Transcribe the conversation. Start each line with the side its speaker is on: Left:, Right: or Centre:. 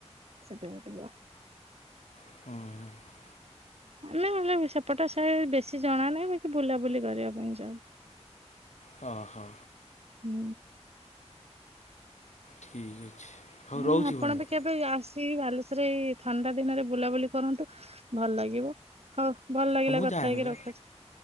Right: <unintelligible>
Left: ହଁ।
Right: ଆମେ ହେଲେ ସେପଟା ସେ ବେଶୀ ଜଣା ନାହିଁ। ବାକି ବୁଲାବୁଲି କରିବା ପାଇଁ ଯାଉ।
Left: ହଁ ହଁ
Right: ହୁଁ।
Left: ଠିକ୍ ଅଛି। ହଉ
Right: ହୁଁ
Left: ରହୁଛି
Right: ଆପଣ
Left: ଭଉଣୀ
Right: ପାଖେ ଆସିିକି ବାଲେଶ୍ୱରରେ ଏଇ ଥଣ୍ଡା ଦିନରେ ବୁଲାବୁଲି କରନ୍ତୁ। ଭଲ ଲାଗିବ। ହଉ ଭଲ ଲାଗିଲା
Left: ହଁ ମୁଁ
Right: କଥା
Left: ଯାଏ
Right: ହେଇକି
Left: ଏବେ
Right: ରଖୁଛୁ।